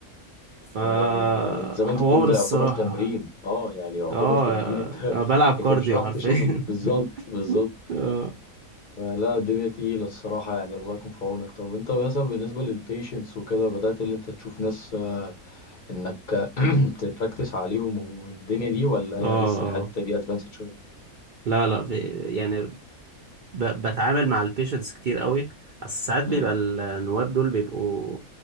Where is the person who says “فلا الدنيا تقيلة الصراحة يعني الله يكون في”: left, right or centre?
Left